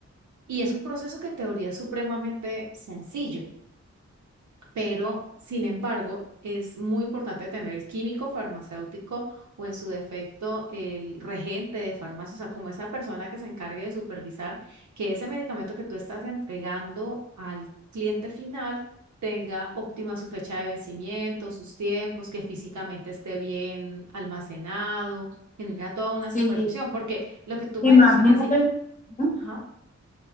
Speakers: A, on the right; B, on the left.
A: Y es un proceso que en teoría es supremamente sencillo pero sin embargo, es muy importante tener el químico farmacéutico o en su defecto el regente de farmacia, o sea, como esa persona que se encargue de supervisar que ese medicamento que tú estás entregando al cliente final tenga óptima su fecha de vencimiento, sus tiempos, que físicamente esté bien almacenado, que tenga toda una
B: sí,
A: supervisión, porque lo que tú me
B: imagínate,
A: dices, o sea, así,
B: ¿no?
A: ajá,